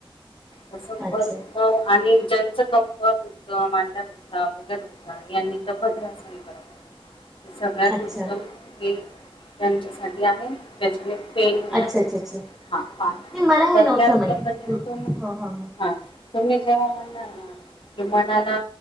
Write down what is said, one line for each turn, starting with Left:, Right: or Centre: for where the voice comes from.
Left: तसं
Centre: अच्छा
Left: भर म आणि- ज्यांचं कंबर दुखत मांड्या दुखता गोग्या दुखता यांनी तर भद्रासन करावं. हे सगळ्यात
Centre: अच्छा
Left: उत्तम हे- त्यांच्यासाठी आहे प्रचले- पेन होणार
Centre: अच्छा
Left: आहे
Centre: अच्छा अच्छा
Left: हा
Centre: नाही मला
Left: तर
Centre: हे नव्हतं
Left: त्याच
Centre: माहीत
Left: पद्धतीने-
Centre: ह
Left: हा
Centre: ह ह
Left: तुम्ही जेव्हा म्हणणार ना मनाला